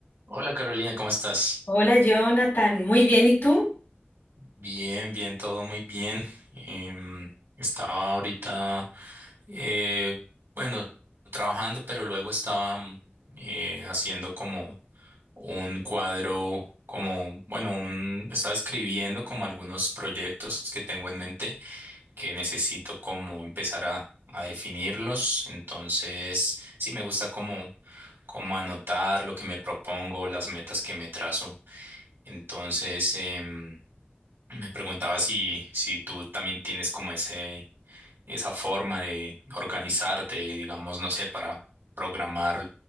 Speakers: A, on the right; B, on the left.
A: Hola Carolina, ¿cómo estás?
B: Hola Jonathan, muy bien, ¿y tú?
A: Bien, bien, todo muy bien. Em, estaba ahorita, eh, bueno, trabajando, pero luego estaba mm, eh, haciendo como un cuadro, como, bueno, un, estaba escribiendo como algunos proyectos que tengo en mente que necesito como empezar a, a definirlos. Entonces, sí, me gusta como, como anotar lo que me propongo, las metas que me trazo Entonces, em, me preguntaba si, si tú también tienes como ese, esa forma de organizarte, digamos, no sé, para programar